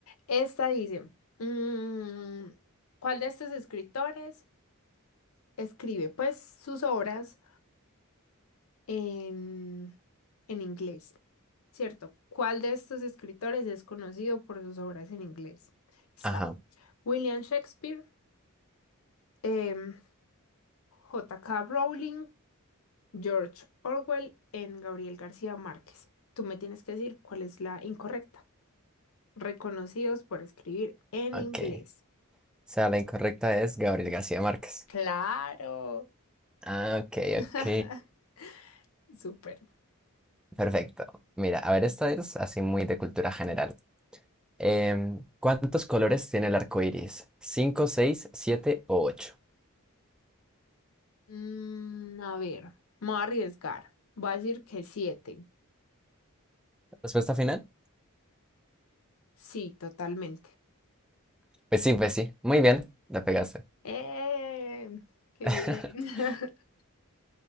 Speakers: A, on the left; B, in the centre.
A: esta dice, mm, ¿cuál de estos escritores escribe pues sus obras en, en inglés? ¿Cierto? ¿Cuál de estos escritores es conocido por sus obras en inglés? Está
B: Ajá,
A: William Shakespeare, em, J.K. Rowling, George Orwell en Gabriel García Márquez. Tú me tienes que decir cuál es la incorrecta. Reconocidos por escribir en
B: ok.
A: inglés.
B: O sea, la incorrecta es Gabriel García Márquez.
A: Claro.
B: Ah, ok,
A: <laughs>
B: ok.
A: Súper.
B: Perfecto. Mira, a ver, esta es así muy de cultura general. Em, ¿cuántos colores tiene el arco iris? ¿Cinco, seis, siete o ocho?
A: Mm, a ver, me voy a arriesgar. Voy a decir que siete.
B: ¿Respuesta final?
A: Sí, totalmente.
B: Pues sí, pues sí. Muy bien, la pegaste.
A: ¡Eh! ¡Qué
B: <laughs>
A: bien! <laughs>